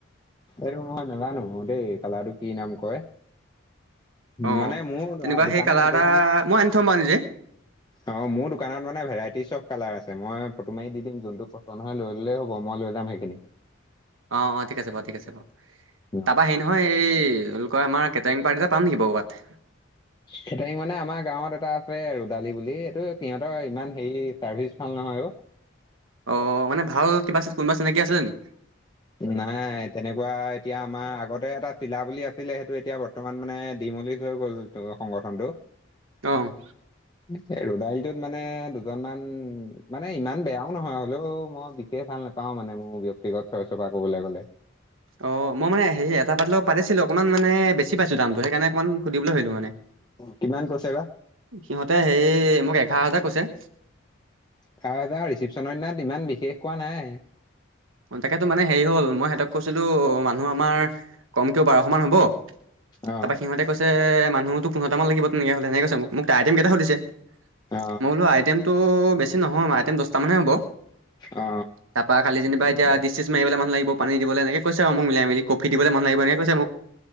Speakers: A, on the left (about 20°); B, on the right (about 85°).
A: এইটো মই নাজানোঁ দেই কালাটো কি নাম কয়?
B: অঁ
A: মানে মোৰ,
B: তেনেকুৱা
A: অ', দোকানত
B: সেই কালাৰ
A: গোটেই
B: এটা
A: খিনি',
B: মই আনি থ'ম বাৰু নিজে
A: অ মোৰ দোকানত মানে ভেৰাইটিজ চব কালাৰ আছে মই ফটো মাৰি দি দিম যোনটো পচন্দ হয় লৈ ললে হ'ব হব মই লৈ যাম সেইখিনি
B: অ', অ', ঠিক আছে বাৰু, ঠিক আছে বাৰু,
A: অ
B: তাৰপা হেৰি ন', নহয়, এই এনেকুৱা আমাৰ কেটাৰিং পাৰ্টি এটা পাম নেকি কৰবাত?
A: কেটাৰিং মানে, আমাৰ গাঁৱত এটা আছে ৰদালি বুলি, এই, এইটো সিহঁতৰ ইমান হেৰি চাৰ্ভিচ ভাল নহয় আৰু',
B: অঁ', মানে ভাল কিবা, কোনোবা চিনাকি আছিলে নি?
A: নাই তেনেকুৱা এতিয়া আমাৰ আগতে এটা চিলা বুলি আছিলে সেইটো এতিয়া বৰ্ত', বৰ্তমান মানে দিমলি হৈ গ'ল সংগঠনটো',
B: অহ',
A: <unintelligible> ৰদালিটোত মানে দুজনমান, মানে ইমান বেয়াও নহয় হ'লেও মই বি', সেই ভাল নাপাওঁ মানে মোৰ ব্যক্তিগত চইচৰ পৰা ক'বলৈ গ'লে',
B: অঁ', মই মানে হেৰি‌ এটা পাৰ্টিৰ লগত পাতিছিলোঁ অকণমান মানে বেছি পাইছোঁ দামটো সেইকাৰণে অকণমান সুধিবলৈ ভাবিলোঁ মানে',
A: কিমান কৈছে বা?
B: সিহঁতে হেৰি মোক এঘাৰ হাজাৰ কৈছে',
A: তাৰপা ৰিচেপশ্যনৰ দিনা ইমান বিশেষ খোৱা নাই',
B: অঁ', তাকেতো মানে হেৰি হ'ল মই সিহঁতক কৈছিলোঁ মানুহ আমাৰ কমকৈও বাৰশমান হ'ব',
A: অ
B: তাৰপা সিহঁতে কৈছে মানুহতো পোন্ধৰটা মান লাগিব তেনেকে হ'লে, হেনেকে কৈছে মোক, মোক আইটেমকেইটা সুধিছে?
A: অ
B: মই বোলোঁ আইটেমটো বেছি নহয় আইটেম দহটা মানহে হ'ব',
A: অ
B: তাৰপা খালি যেনিবা এতিয়া ডিচ চিচ মাৰিবলৈ মানুহ লাগিব পানী দিবলৈ এনেকে কৈছে আৰু মোক মিলাই মিলি', কফি দিব মানুহ আহিব এনেকে কৈছে মোক',